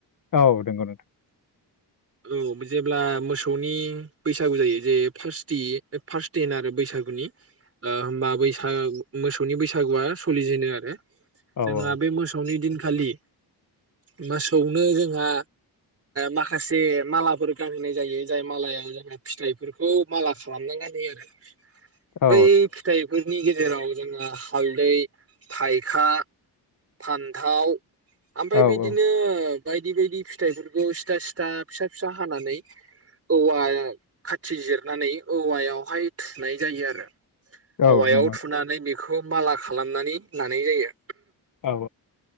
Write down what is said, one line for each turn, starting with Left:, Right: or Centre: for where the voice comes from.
Left: औ नोंगौ नों
Right: औ जेब्ला मोसौनि बैसागु जायो जे फार्स्ट फासदिन आरो बैसागुनि होमबा बैसाग मोसौनि बैसागुआ सोलिजेनो आरो
Left: औ
Right: जोंहा
Left: औ
Right: बे मोसौनि दिन खालि मोासौनो जोंहा माखासे मालाफोर गानहोनाय जायो जाय मालायाव जोंहा फिथाइफोरखौ माला खालामना गानहोयो आरो
Left: औ
Right: बै फिथाइफोरनि गेजेर जेराव जोंङो हालदै थायखा फान्थाव ओमफ्राय
Left: औ
Right: बिदिनो
Left: औ
Right: बायदि बायदि फिथाइफोरखौ सिथा सिथा फिसा फिसा हानानै औवा खाथि जिरा खारनानै औवायावहाय थुनाय जायो आरो
Left: औ
Right: औवायाव
Left: नंगौ नोंथां
Right: थुनानै बे बे खौ बाला खालामनानै लानाय जायो
Left: औ